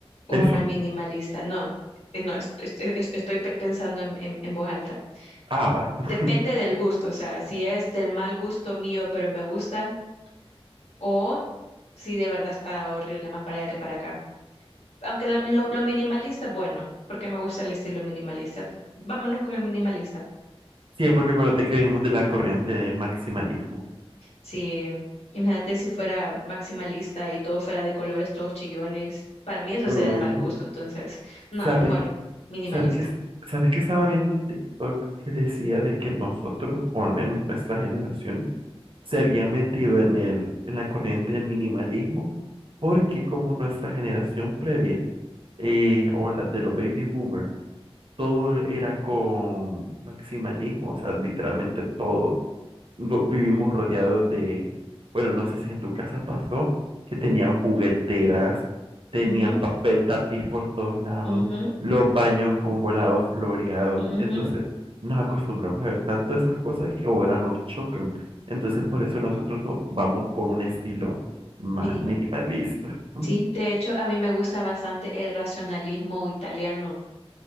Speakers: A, on the left; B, on the right.
A: o
B: eso.
A: una minimalista? No, eh, no, est- est- est- estoy pe- pensando en en- en voz alta.
B: Ah, va. <laughs>
A: Depende del gusto, o sea, si es del mal gusto mío, pero me gusta, o si de verdad está horrible más para allá que para acá. Aunque lo, lo- lo minimalista es bueno, porque me gusta el estilo minimalista. Vámonos con el minimalista.
B: Sí, porque acuérdate que venimos de la corriente del maximalismo.
A: Sí, imagínate si fuera maximalista y todo fuera de colores, todos chillones. Para mí eso
B: Ujú.
A: sería de mal gusto, entonces, nada,
B: ¿Sabes,
A: mejor
B: qué-
A: minimalista.
B: sabes que, sabes que estaba viendo un TikTok que decía de que nosotros, o al menos nuestra generación, se había metido en el, en la corriente del minimalismo, porque como nuestra generación previa, eh, o la de los baby boomers, todo era con maximalismo, o sea, literalmente todo. no- vivimos rodeados de, bueno, no sé si en tu casa pasó, que tenían jugueteras, tenían
A: Ujú,
B: papel tapiz por todos lados,
A: ujú,
B: los baños con volados floreados.
A: ujú,
B: Entonces, nos acostumbramos a ver tanto esas cosas que ahora nos chocan. Entonces, por eso nosotros no- vamos por un estilo más
A: Minimal.
B: minimalista. Ujú.
A: Sí, de hecho, a mí me gusta bastante el racionalismo italiano.